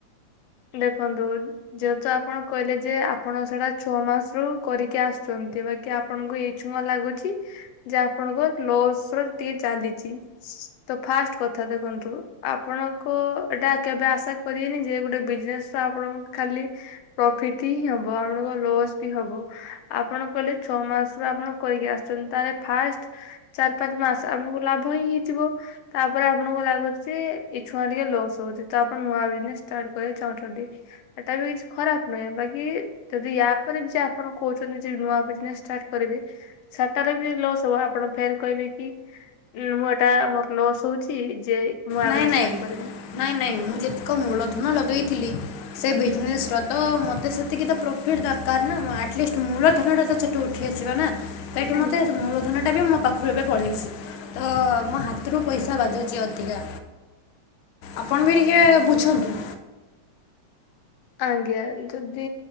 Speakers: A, on the left; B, on the left.
A: ଦେଖନ୍ତୁ ଯେହେତୁ ଆପଣ କହିଲେ ଯେ ଆପଣ ସେଟା ଛଅ ମାସରୁୁ କରିକି ଆସୁଚନ୍ତି ବାକି ଆପ୍ ଆପଣଙ୍କୁ ଏଇ ଛୁଆଁ ଲାଗୁଚି ଯେ ଆପଣଙ୍କ ଲସ୍ ର ଟିକେ ଚାଲିଚି। ତ ଫାଷ୍ଟ୍ କଥା ଦେଖନ୍ତୁ ଆପଣଙ୍କୁ ଏଟା କେବେ ଆଶା କରିବେନି ଯେ ଗୋଟେ ବିଜ୍ ନେସ୍ ଆପଣଙ୍କୁ ଖାଲି ପ୍ରଫିଟ୍ ହିଁ ହବ ଆପଣଙ୍କ ଲସ୍ ବି ହବ। ଆପଣ କହିଲେ ଛଅ ମାସରୁ ଆପଣ କରିକି ଆସୁଚନ୍ତି ତାହେଲେ ଫାଷ୍ଟ୍ ଚାରି ପାଞ୍ଚ୍ ମାସ୍ ଆପଣଙ୍କୁ ଲାଭ ହିଁ ହେଇଥିବ। ତାପରେ ଆପଣଙ୍କୁ ଲାଗୁଚି ଏ ଛୁଆଁ ଟିକେ ଲସ୍ ହଉଚି ତ ଆପଣ ନୂଆ ବିଜନେସ୍ ଷ୍ଟାର୍ଟ କରିବାକୁ ଚାହୁଁ ଚନ୍ତି ହେଟା ବି କିଛି ଖରାପ୍ ନୁଏ ବାକି ଯଦି ୟା ପରେ ବି ଯେ ଆପଣ କହୁଚନ୍ତି ଯେ ନୂଆ ବିଜ୍ନେସ୍ ଷ୍ଟାର୍ଟ କରିବି ସେଟାରେ ବି ଲସ୍ ହବ ଆପଣ ଫେର୍ କହିବେ କି ଉଁ- ମୁଁ ଏଟା ମୋର୍ ଲସ୍ ହଉଚି ଯେ ମୁଁ ଆଉ
B: ନାଇଁ
A: ଗୋଟେ
B: ନାଇଁ
A: ଷ୍ଟାର୍ଟ କରିବି
B: -ନାଇଁ ନାଇଁ ମୁଁ ଯେତିକ ମୂଳଧନ ଲଗେଇଥିଲି ସେ ବିଜ୍ନେସ୍ ର ତ ମୋତେ ସେତିକି ତ ପ୍ରଫିଟ୍ ଦରକାର୍ ନା ଆଟଲିଷ୍ଟ୍ ମୂଳ ଧନଟା ତ ସେଠୁ ଉଠୁ ଉଠି ଯିବ ନା ସେଇଠି
A: ଆଜ୍ଞା।
B: ମତେ ମୂଳଧନ ଟା ବି ମୋ ପାଖ ରୁ ଏବେ ପଳେଇଚି ତ ମୋ ହାତରୁ ପଇସା ବାଜୁଚି ଅଧିକା। ଆପଣ ବି ଟିକେ ବୁଝନ୍ତୁ।
A: ଆଜ୍ଞା ଯଦି